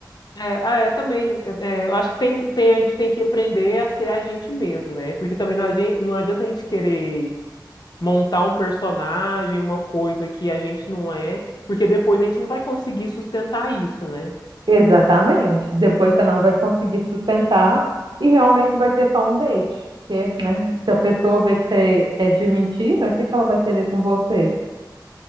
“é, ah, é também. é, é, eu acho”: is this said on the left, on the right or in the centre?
Left